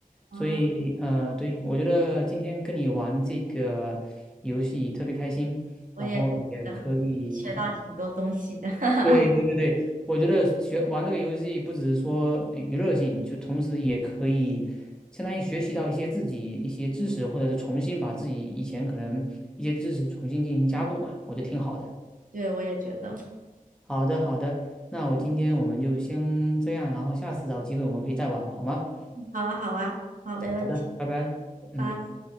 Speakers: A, on the right; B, in the centre.
A: 啊，
B: 所以呃，对，我觉得今天跟你玩这个游戏特别开心，
A: 我也觉得学到挺多东西的。
B: 然后也可以
A: <laughs>
B: 对对对对，我觉得学玩这个游戏不只是说呃娱乐性，就同时也可以相当于学习到一些自己一些知识，或者是重新把自己以前可能一些知识重新进行加固嘛，我觉得挺好的。
A: 对，我也觉得。嗯
B: 好的好的，那我今天我们就先这样，然后下次找机会我们可以再玩，好吗？
A: 好啊，好啊，好，没问题。
B: 好的，拜拜。
A: 拜拜。
B: 嗯。